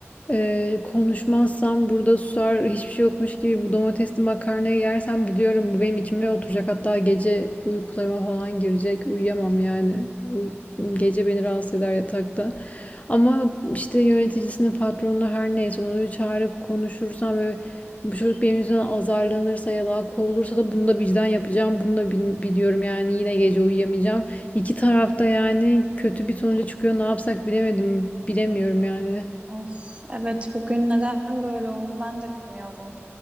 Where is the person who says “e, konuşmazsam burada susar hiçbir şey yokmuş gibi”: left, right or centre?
Left